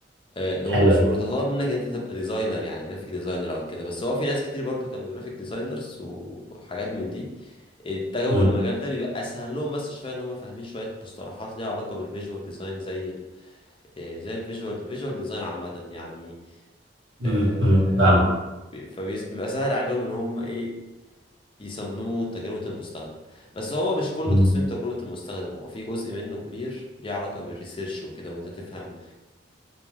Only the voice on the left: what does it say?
آه، هو
مش
بيتطلب منك ان انت تبقى ديزاينر يعني جرافيك ديزاينر او كده بس هو في ناس كتير برضو كانوا جرافيك ديزاينرز وحاجات من دي اتجهوا
المجال ده بيبقى اسهل لهم بس شويه ان هم فاهمين شويه مصطلحات ليها علاقه بالفيجوال ديزاين زي ال آه، زي الفيجوال فيجوال ديزاين عامه يعني
آه،
بي- فبيس- بيبقى سهل عليهم ان هم ايه يصمموا تجربة المستخدم بس هو مش كله
تصميم تجربة المستخدم هو في جزء منه كبير ليه علاقة بالريسيرش وكده وانت تفهم